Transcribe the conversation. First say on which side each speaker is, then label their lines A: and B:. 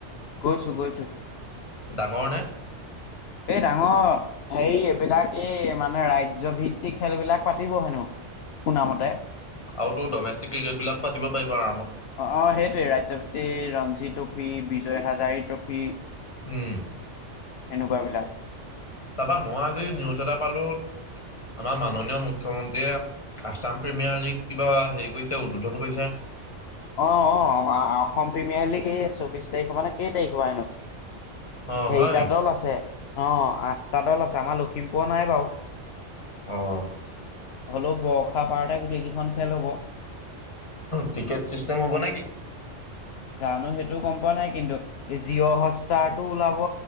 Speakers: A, on the left; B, on the left.
A: গৈছোঁ, গৈছোঁ।
B: ডাঙৰ নে?
A: এই ডাঙৰ হেৰি এইবিলাক এই মানে ৰাজ্য ভিত্তিক খেলবিলাক পাতিব হেনো। শুনামতে।
B: আৰু তটো ডমেষ্টিক ক্ৰিকেট বিলাক পাতি পাৰিব আৰামত।
A: অ', অ', সেইটোৱে ৰাজ্য ভিত্তি ৰঞ্জি ট্ৰফি, বিজয় হাজাৰী ট্ৰফি
B: উম।
A: এনেকুৱাবিলাক।
B: তাৰাপা মই আজি নিউজ এটা পালোঁ আমাৰ মাননীয় মুখ্যমন্ত্ৰীয়ে আছাম প্ৰিমিয়াৰ লীগ কিবা হেৰি কৰিছে উদ্বোধন কৰিছে।
A: অ', অ', অসম প্ৰিমিয়াৰ লীগ এই চৌবিছ তাৰিখৰ পৰানে কেই তাৰিখৰ এনো
B: অ
A: হেৰিটা
B: হয় নেকি
A: দল আছে অ', আঠটা দল আছে আমাৰ লখিমপুৰৰ নাই বাৰু
B: অ'।
A: হলেও বৰ্ষাপাৰাতে গোটেই কেইখন খেল হ'ব।
B: টিকেট চিষ্টেম হ'ব নে কি?
A: জানোঁ সেইটো গ'ম পোৱা নাই কিন্তু। জিঅ' হটষ্টাৰটো ওলাব